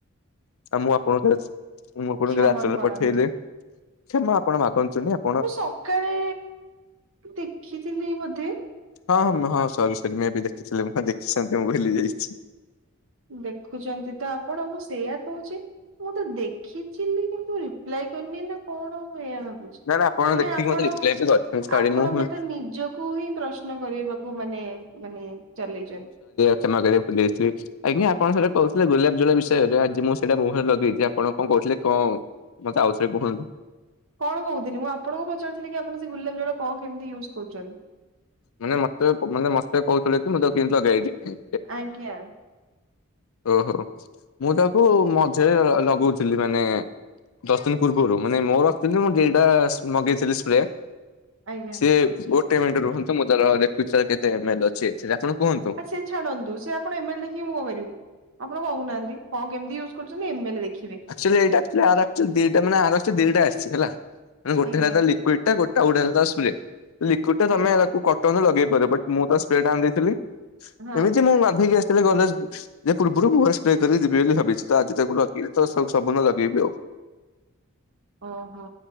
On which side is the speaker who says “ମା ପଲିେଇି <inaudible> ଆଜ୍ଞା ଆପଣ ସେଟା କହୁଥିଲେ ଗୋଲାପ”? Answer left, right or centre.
Left